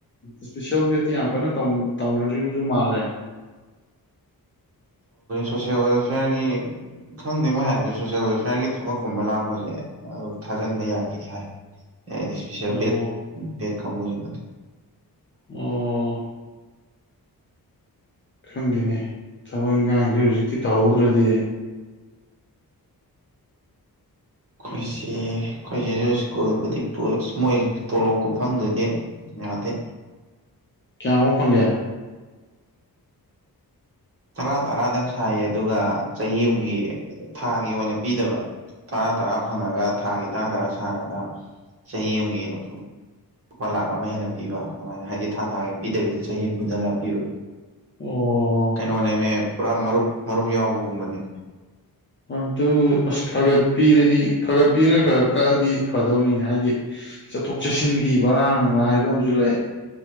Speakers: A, on the left (about 30°); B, on the right (about 40°).
A: ꯏꯁꯄꯤꯁꯦꯜ ꯕꯦꯠꯇꯤ ꯌꯥꯝ ꯀꯟꯅ ꯇꯧꯅꯗ꯭ꯔꯤꯕꯁꯨ ꯃꯥꯜꯂꯦ
B: ꯁꯣꯁꯦꯜ ꯋꯦꯜꯐꯤꯌꯥꯔꯒꯤ ꯈꯪꯗꯦ ꯃꯣꯏ ꯍꯥꯏꯕꯗꯤ ꯁꯣꯁꯦꯜ ꯋꯦꯜꯐꯤꯌꯥꯔꯒꯤ ꯊꯕꯛꯀꯨꯝꯕ ꯂꯥꯛꯄꯁꯦ <unintelligible> ꯊꯥꯖꯤꯟꯕ ꯌꯥꯅꯤꯦ ꯍꯥꯏ ꯏꯁꯄꯤꯁꯦꯜ
A: ꯑꯣ
B: ꯕꯦꯠ ꯕꯦꯠ ꯀꯝꯕꯨꯣꯖꯤꯟꯗ
A: ꯑꯣ ꯈꯪꯗꯦꯅꯦ ꯊꯕꯛ ꯏꯟꯈꯥꯡꯁꯦ ꯍꯧꯖꯤꯛꯇꯤ ꯇꯧꯍꯧꯗ꯭ꯔꯗꯤ
B: ꯈꯣꯏꯁꯤꯦ ꯈꯣꯏꯁꯤꯁꯨ ꯁ꯭ꯀꯨꯜꯕꯨꯗꯤ ꯃꯣꯏ ꯄꯣꯂꯣꯞ ꯀꯐꯝꯗꯨꯗꯤ ꯌꯥꯗꯦ
A: ꯀꯌꯥ ꯍꯨ ꯐꯪꯒꯌꯥ
B: ꯇꯔꯥ ꯇꯔꯥꯗꯪ ꯁꯥꯏꯌꯦ ꯑꯗꯨꯒ ꯆꯍꯤ ꯑꯨꯝꯒꯤ ꯊꯥꯒꯤ ꯑꯣꯏꯅ ꯄꯤꯗꯕ ꯇꯔꯥ ꯇꯔꯥ ꯐꯪꯉꯒ ꯊꯥꯒꯤ ꯇꯔꯥ ꯇꯔꯥ ꯁꯥꯔꯒ ꯆꯍꯤ ꯑꯃꯒꯤ ꯌꯦꯛꯂꯛꯄ ꯂꯨꯄꯥ ꯂꯥꯛ ꯑꯃ ꯍꯦꯟꯅ ꯄꯤꯕ ꯑꯗꯨꯃꯥꯏꯅ ꯍꯥꯏꯗꯤ ꯊꯥ ꯊꯥꯒꯤ ꯄꯤꯗꯕꯤꯗ ꯆꯍꯤ ꯑꯃ ꯄꯨꯟꯟꯅ ꯂꯥꯛꯄꯤꯕ
A: ꯑꯣ
B: ꯀꯩꯅꯣꯅꯦꯅꯦ ꯄꯨꯔꯥ ꯃꯔꯨꯞ ꯃꯔꯨꯞ ꯌꯥꯎꯕꯒꯨꯝꯕꯅꯦꯅꯦ
A: ꯑꯗꯨ ꯑꯁ ꯈꯥꯒꯠꯄꯤꯔꯗꯤ ꯈꯥꯒꯠꯄꯤꯔꯒ ꯈꯥꯒꯠ ꯀꯛꯑꯗꯤ ꯐꯗꯧꯅꯤꯅꯦ ꯍꯥꯏꯗꯤ ꯆꯠꯊꯣꯛ ꯆꯠꯁꯤꯟꯒꯤ ꯕꯔꯥꯡꯒ ꯍꯥꯏꯕ ꯑꯃꯁꯨ ꯂꯩ